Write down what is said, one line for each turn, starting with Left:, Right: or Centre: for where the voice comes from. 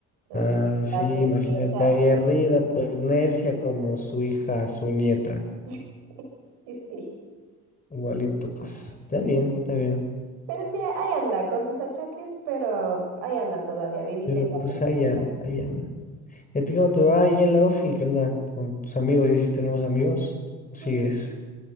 Right: Entonces,
Left: Ah, sí,
Right: date
Left: imagínate,
Right: quieta.
Left: aguerrida, pues necia como su hija, su nieta.
Right: <laughs> Sí, sí.
Left: Igualito, pues. Está bien, está bien.
Right: Pero sí, ahí anda, con sus achaques, pero ahí anda todavía, vivita
Left: Pero
Right: y coleando,
Left: pues ahí
Right: Julián.
Left: an- ahí anda. ¿Y a ti cómo te va ahí en la ofi? ¿Qué onda? ¿Con tus amigos? ¿Ya hiciste nuevos amigos?
Right: Pues,
Left: ¿Sigues?